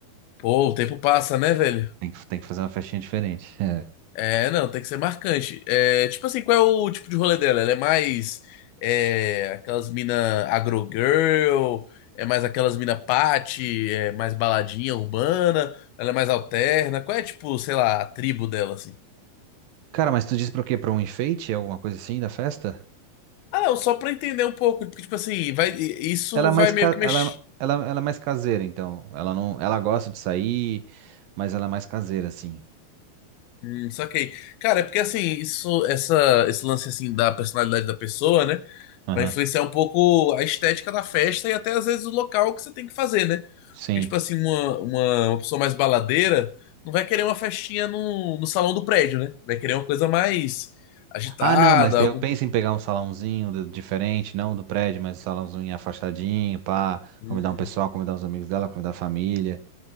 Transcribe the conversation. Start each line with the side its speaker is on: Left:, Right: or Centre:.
Left: Pô, o tempo passa, né, velho?
Right: Tem que, tem que fazer uma festinha diferente. É.
Left: É, não, tem que ser marcante. É, tipo assim, qual é o tipo de rolê dela? Ela é mais é, aquelas mina agro girl, é mais aquelas mina party, é mais baladinha urbana, ela é mais alterna. Qual é, tipo, sei lá, a tribo dela, assim?
Right: Cara, mas tu disse pra o quê? Pra um enfeite? É Alguma coisa assim da festa?
Left: Ah, não, só pra entender um pouco, porque, tipo assim, vai, isso
Right: Ela é mais
Left: vai
Right: ca...
Left: meio que mexer.
Right: ela, ela, ela é mais caseira, então. Ela não, ela gosta de sair, mas ela é mais caseira, assim.
Left: Hum, saquei. Cara, é porque assim, isso, essa, esse lance assim da personalidade da pessoa, né?
Right: Aham,
Left: Vai influenciar um pouco a estética da festa e até às vezes o local que você tem que fazer, né?
Right: sim.
Left: Porque, tipo assim, uma, uma, uma pessoa mais baladeira não vai querer uma festinha no, no salão do prédio, né? Vai querer uma coisa mais agitada,
Right: Ah, não, mas daí
Left: algum.
Right: eu penso
Left: pouco-
Right: em pegar um salãozinho do- diferente, não do prédio, mas um salãozinho afastadinho, pá,
Left: Hum,
Right: convidar um pessoal, convidar uns amigos dela, convidar a família.